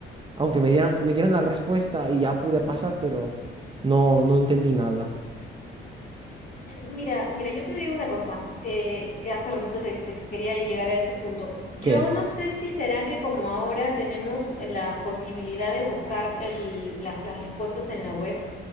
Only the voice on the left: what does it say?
Eh, Mira, mira, yo te digo una cosa, eh, y hace ratito te, te quería llegar a ese punto. Yo
no sé si será que como ahora tenemos la posibilidad de buscar el- la- las respuestas en la web,